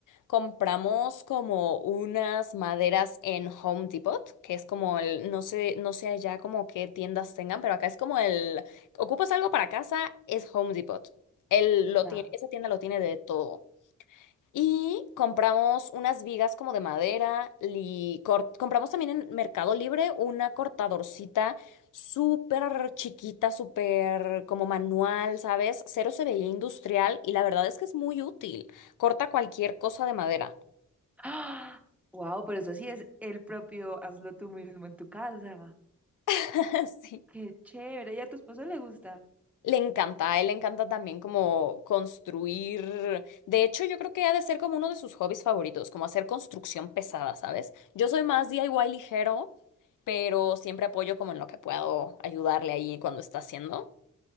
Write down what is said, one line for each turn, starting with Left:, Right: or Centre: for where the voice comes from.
Left: Compramos como unas maderas en Home Depot, que es como el, no sé, no sé allá como qué tiendas tengan, pero acá es como el, ocupas algo para casa, es Home Depot. Él lo
Centre: Ah.
Left: tiene, esa tienda lo tiene de todo. Y compramos unas vigas como de madera y compramos también en Mercado Libre una cortadorcita súper chiquita, súper como manual, ¿sabes? Cero se veía industrial y la verdad es que es muy útil. Corta cualquier cosa de madera.
Centre: ¡Ah! Wow, pero eso sí es el propio hazlo tú mismo en tu casa.
Left: <laughs> sí
Centre: Qué chévere. ¿Y a tu esposo le gusta?
Left: Le encanta, a él le encanta también como construir. De hecho, yo creo que ha de ser como uno de sus hobbies favoritos, como hacer construcción pesada, ¿sabes? Yo soy más DIY ligero, pero siempre apoyo como en lo que puedo ayudarle ahí cuando está haciendo.